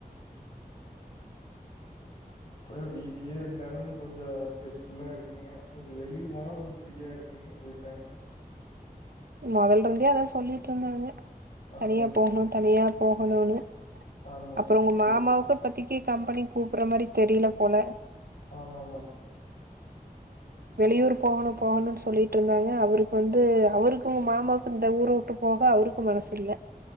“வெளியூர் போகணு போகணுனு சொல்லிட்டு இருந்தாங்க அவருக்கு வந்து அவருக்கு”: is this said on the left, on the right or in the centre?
Right